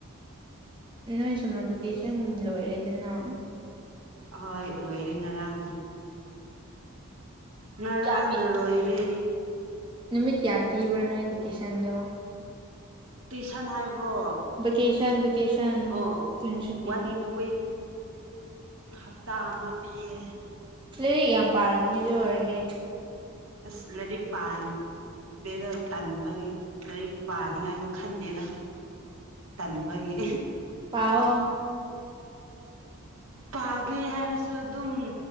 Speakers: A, on the right (about 20°); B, on the right (about 70°).
A: ꯅꯣꯏ ꯁꯝꯃꯔ ꯚꯦꯀꯦꯁꯟ ꯂꯣꯏꯔꯦꯗꯅ
B: ꯑꯍꯣꯏ ꯂꯣꯏꯔꯦ ꯉꯔꯥꯡꯅ ꯉꯔꯥꯡꯅ
A: ꯀꯌꯥ ꯄꯤ
B: ꯂꯣꯏꯔꯦ
A: ꯅꯨꯃꯤꯠ ꯀꯌꯥꯝ ꯄꯤꯕ꯭ꯔꯥ ꯅꯣꯏ ꯚꯦꯀꯦꯁꯟꯗꯣ
B: ꯇꯨꯏꯁꯟ ꯍꯥꯏꯕ꯭ꯔꯣ
A: ꯚꯦꯀꯦꯁꯟ ꯚꯦꯀꯦꯁꯟ
B: ꯑꯣ
A: ꯖꯨꯟ ꯁꯨꯇꯤ
B: ꯋꯥꯟ
A: ꯄꯤ
B: ꯋꯤꯛ ꯍꯞꯇꯥ ꯑꯃ ꯄꯤꯌꯦ
A: ꯂꯩꯔꯤꯛ ꯌꯥꯝ ꯄꯥꯔꯝꯅꯤ ꯑꯗꯨ ꯑꯣꯏꯔꯗꯤ
B: ꯑꯁ ꯂꯩꯔꯤꯛ ꯄꯥꯟ ꯗꯦꯗ ꯇꯟꯕꯒꯤ ꯂꯥꯏꯔꯤꯛ ꯄꯥꯅꯤꯉꯥꯏꯖꯨ ꯈꯟꯅꯦꯗ ꯇꯟꯕꯒꯤ
A: ꯄꯥꯎꯑꯣ
B: ꯄꯥꯒꯦ ꯍꯥꯏꯔꯁꯨ ꯑꯗꯨꯝ